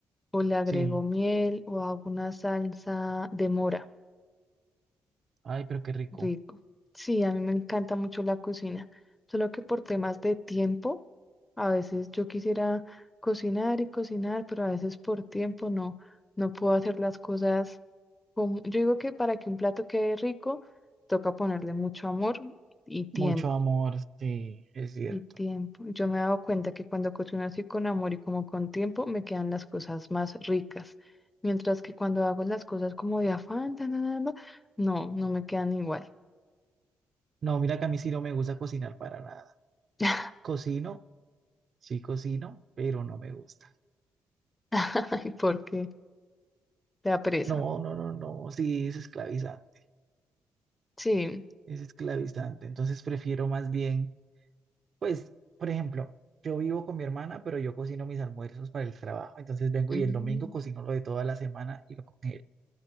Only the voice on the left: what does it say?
o le agrego
miel o hago una salsa de mora.
Rico. Sí, a mí me encanta mucho la cocina, solo que por temas de tiempo, a veces yo quisiera cocinar y cocinar, pero a veces por tiempo no, no puedo hacer las cosas como... Yo digo que para que un plato quede rico, toca ponerle mucho amor y tiempo,
y tiempo. Yo me he dado cuenta que cuando cocino así con amor y como con tiempo, me quedan las cosas más ricas, mientras que cuando hago las cosas como de afán, tan, tan, tan, tan, no, no me quedan igual.
<laughs>
<laughs> Ay, porque te da pereza.
Sí.
Mm.